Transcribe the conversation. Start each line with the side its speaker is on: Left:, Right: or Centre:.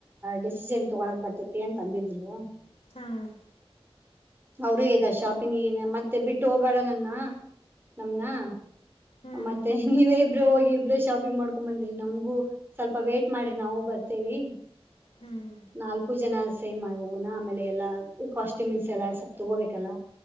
Right: ಡಿಸಿಷನ್ ತಗೋಳಕ್ ಬರ್ತತಿ ಅಂತ ಅಂದಿದ್ರು <unintelligible>
Left: ಹಾ <unintelligible>
Right: ಅವರು ಇದ್ದಾರೆ ಶಾಪಿಂಗೆ ಮತ್ತೆ ಬಿಟ್ಟು ಹೋಗಬೇಡ ನನ್ನ ನಮನ <unintelligible>
Left: ಹ್ಮ್
Right: ಮತ್ತೆ
Left: ಹ್ಮ್
Right: ನೀವೇ <unintelligible> ಇಬ್ರ ಹೋಗಿ ಇಬ್ರ ಶಾಪಿಂಗ್ ಮಾಡ್ಕೊ ಬಂದ್ರಿ ನಮ್ಗೂ ಸ್ವಲ್ಪ ವೇಟ್ ಮಾಡ್ರಿ ನಾವು ಬರ್ತೇವಿ <unintelligible>
Left: ಹ್ಮ್
Right: ನಾಲ್ಕು ಜನ ಸೇಮ್ ಆಗೋಗಣ ಆಮೇಲೆ ಎಲ್ಲಾ <unintelligible> ಕಾಸ್ಟ್ಯೂಮ್ ಇನ್ಸ್ ಎಲ್ಲ ಸೊಪ್ಪ ತಗೋಬೇಕಲ್ಲ